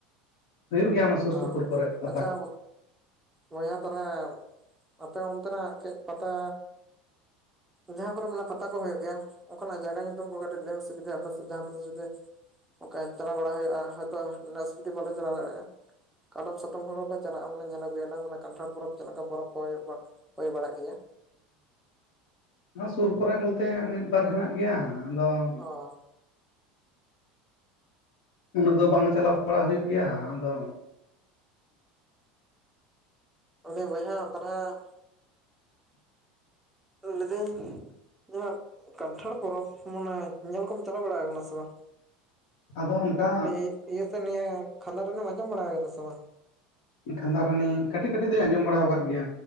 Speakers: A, on the left (about 65°); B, in the centre.
A: ᱦᱩᱭᱩᱜ ᱜᱮᱭᱟ ᱚᱱᱟ ᱥᱩᱨ ᱥᱩᱯᱩᱨ
B: ᱚᱸ
A: ᱠᱚᱨᱮ ᱯᱟᱛᱟ
B: ᱟᱪᱪᱷᱟ᱾ ᱵᱚᱭᱦᱟ ᱛᱟᱨᱟᱣ ᱟᱯᱮ ᱚᱱᱛᱮᱱᱟᱜ ᱠᱟᱹᱡ ᱯᱟᱛᱟ ᱡᱟᱦᱟᱸ ᱠᱚᱨᱮ ᱢᱟᱱᱮ ᱯᱟᱛᱟ ᱠᱚ ᱦᱳᱭᱳᱜ ᱜᱮᱭᱟ᱾ ᱚᱱᱠᱟᱱᱟᱜ ᱡᱟᱭᱜᱟ ᱧᱩᱛᱩᱢ ᱠᱚ ᱠᱟᱹᱴᱤᱡ ᱞᱟᱹᱭ ᱢᱮᱥᱮ ᱡᱩᱫᱤ ᱟᱯᱮ ᱥᱮᱫ ᱡᱟᱦᱟᱸ ᱛᱤᱥ ᱡᱩᱫᱤ ᱚᱠᱟ ᱪᱟᱞᱟᱣ ᱵᱟᱲᱟ ᱦᱩᱭᱩᱜᱼᱟ ᱦᱚᱭᱛᱚ ᱱᱮᱥ ᱡᱩᱫᱤ ᱵᱟᱞᱮ ᱪᱟᱞᱟᱣ ᱫᱟᱲᱮᱭᱟᱜᱼᱟ ᱾ ᱠᱟᱞᱚᱢ ᱥᱟᱛᱚᱢ ᱦᱚᱲᱚᱞᱮ ᱪᱟᱞᱟᱜᱼᱟ ᱢᱟᱱᱮ ᱧᱮᱞ ᱟᱹᱜᱩᱭᱟᱞᱮ ᱢᱟᱱᱮ ᱠᱟᱱᱴᱷᱟᱲ ᱯᱚᱨᱚᱵᱽ ᱪᱮᱫ ᱞᱮᱠᱟ ᱯᱚᱨᱚᱵ ᱠᱚ ᱦᱳᱭᱳᱜ ᱟ ᱦᱳᱭ ᱵᱟᱲᱟᱜ ᱜᱮᱭᱟ᱾
A: ᱱᱚᱣᱟ ᱥᱩᱨ ᱠᱚᱨᱮ ᱵᱚᱞᱛᱮ ᱢᱤᱫ ᱵᱟᱨ ᱦᱮᱱᱟᱜ ᱜᱮᱭᱟ ᱟᱸᱫᱚ ᱾
B: ᱚᱸ
A: ᱩᱱᱟᱹᱜ ᱫᱚ ᱵᱟᱝ ᱪᱟᱞᱟᱣ ᱵᱟᱲᱟ ᱦᱩᱭᱩᱜ ᱜᱮᱭᱟ ᱟᱫᱚ
B: ᱚᱸ ᱟᱫᱚ ᱵᱚᱭᱦᱟ ᱛᱟᱦᱚᱞᱮ ᱾ ᱞᱮᱫᱟᱹᱧ ᱾ ᱡᱟᱦᱟᱸ ᱠᱟᱱᱴᱷᱟᱲ ᱯᱚᱨᱚᱵᱽ ᱢᱟᱱᱮ ᱧᱮᱞ ᱠᱚᱢ ᱪᱟᱞᱟᱣ ᱵᱟᱲᱟ ᱠᱟᱱᱟ ᱥᱮ ᱵᱟᱝ?
A: ᱟᱫᱚ ᱚᱱᱠᱟ
B: ᱤᱭᱟᱹ ᱤᱭᱟᱹ ᱥᱮ ᱱᱤᱭᱟᱹ ᱠᱷᱟᱱᱫᱟᱨᱟᱱᱤᱢ ᱟᱡᱚᱢ ᱵᱟᱲᱟ ᱠᱟᱫᱟ ᱥᱮᱵᱟᱝ?
A: ᱠᱷᱟᱱᱫᱟᱨᱟᱱᱤ ᱠᱟᱹᱴᱤᱡ ᱠᱟᱹᱴᱤᱡ ᱫᱩᱧ ᱟᱧᱡᱚᱢ ᱵᱟᱲᱟ ᱠᱟᱫ ᱜᱮᱭᱟ᱾